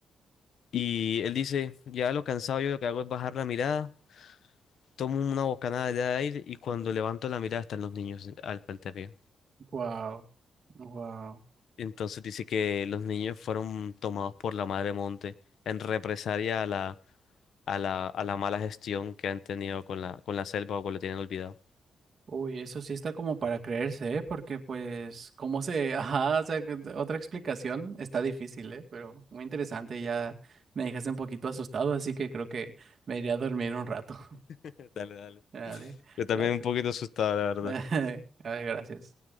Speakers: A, on the left; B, on the right.
A: Y él dice, ya lo cansado yo lo que hago es bajar la mirada, tomo una bocanada de aire y cuando levanto la mirada están los niños al frente mío.
B: Wow. Wow.
A: Entonces dice que los niños fueron tomados por la madre monte en represalia a la, a la, a la mala gestión que han tenido con la, con la selva o con lo tienen olvidado.
B: Uy, eso sí está como para creerse, ¿eh? Porque pues, ¿cómo se...? <laughs> Ajá, o sea, que- otra explicación está difícil, ¿eh? Pero muy interesante, ya me dejaste un poquito asustado, así que creo que me iré a dormir un rato. <laughs>
A: <laughs> Dale, dale.
B: Dale,
A: Yo también
B: gracias.
A: un poquito asustado, la
B: <laughs> Dale,
A: verdad.
B: gracias.